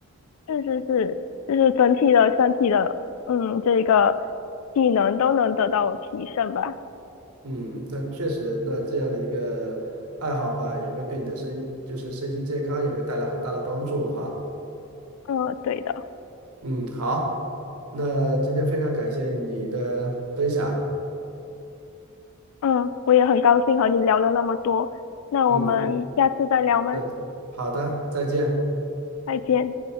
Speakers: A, on the left (about 65°); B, on the right (about 90°).
A: 是是是，就是整体的身体的，嗯，这个技能都能得到提升吧。
B: 嗯，那确实，那这样的一个爱好的话，也会对你的身就是身心健康也会带来很大的帮助哈。
A: 嗯，对的。
B: 嗯，好，那今天非常感谢你的分享。
A: 嗯，我也很高兴和你聊了那么多。那我们下次再聊吗？
B: 嗯，对，好的，再见。
A: 再见。